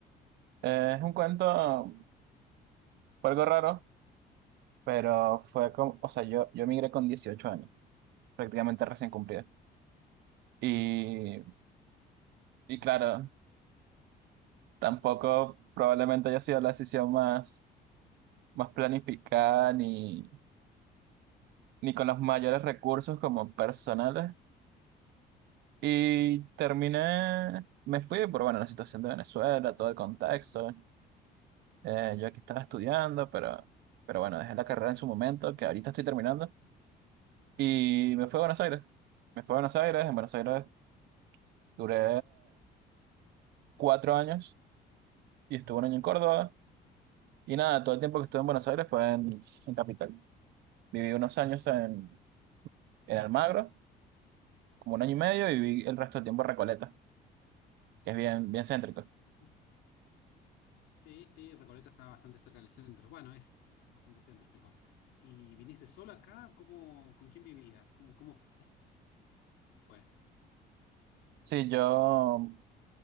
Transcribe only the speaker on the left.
Y- Sí, sí, Recoleta está bastante cerca del centro. Bueno, es bastante céntrico. ¿Y viniste solo acá? ¿Cómo, con quién vivías? ¿Cómo, cómo fue?